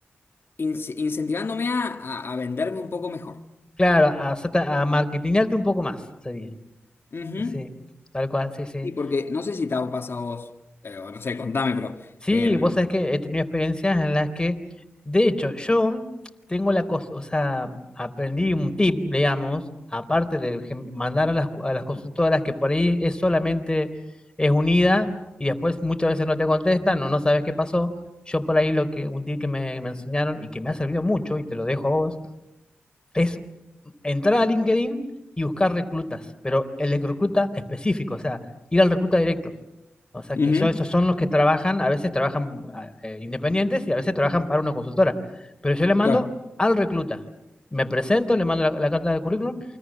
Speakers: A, on the left; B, on the left.
A: ince- incentivándome a, a- a venderme un poco mejor.
B: Claro, a, a marketingarte un poco más, sería.
A: Ujú.
B: Sí, tal cual, sí, sí.
A: Sí, porque no sé si te ha pasado a vos, eh, o no sé, contame, pero...
B: Sí,
A: em,
B: vos sabés que he tenido experiencias en las que, de hecho, yo tengo la cosa, o sea, aprendí un tip, digamos, aparte de gen- mandar a las, cu- a las consultoras que por ahí es solamente, es unida y después muchas veces no te contestan o no sabes qué pasó. Yo por ahí lo que, un tip que me, me enseñaron y que me ha servido mucho y te lo dejo a vos, es entrar a LinkedIn y buscar reclutas, pero el recluta específico, o sea, ir al recluta directo. O sea,
A: mm,
B: que
A: ujú,
B: yo- esos son los que trabajan, a veces trabajan ah, eh, independientes y a veces trabajan para una consultora. Pero yo le mando
A: claro.
B: al recluta. Me presento, le mando la, la carta de currículum